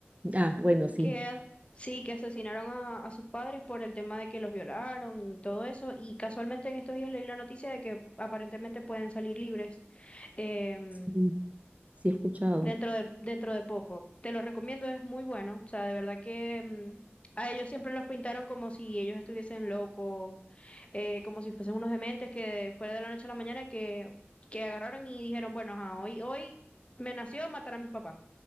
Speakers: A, on the right (about 35°); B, on the left (about 30°).
A: Ah, bueno, sí.
B: que as- sí, que asesinaron a, a sus padres por el tema de que los violaron y todo eso. Y casualmente en estos días leí la noticia de que aparentemente pueden salir libres em,
A: Sí, sí he escuchado.
B: dentro de, dentro de poco. Te lo recomiendo, es muy bueno. O sea, de verdad que em, a ellos siempre los pintaron como si ellos estuviesen locos, eh, como si fuesen unos dementes que fue de la noche a la mañana que, que agarraron y dijeron, bueno, ajá, hoy, hoy me nació matar a mis papás.